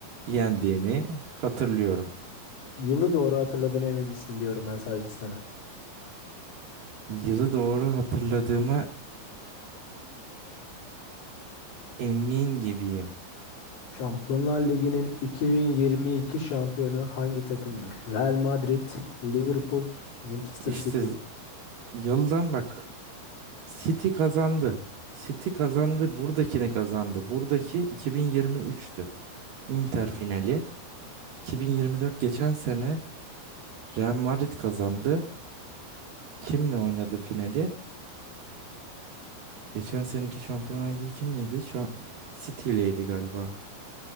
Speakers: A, on the right; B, on the left.
A: yendiğini hatırlıyorum.
B: Yılı doğru hatırladığına emin misin diyorum ben sadece sana.
A: Yılı doğru hatırladığıma emin gibiyim.
B: Şampiyonlar Ligi'nin 2022 şampiyonu hangi takımdır? Real Madrid, Liverpool, Manchester
A: İşte
B: City.
A: yıldan bak City kazandı. City kazandı. Buradakini kazandı. Buradaki 2023'tü. Inter finali. 2024 geçen sene Real Madrid kazandı. Kimle oynadı finali? Geçen seneki Şampiyonlar Ligi kimleydi? Şu City galiba.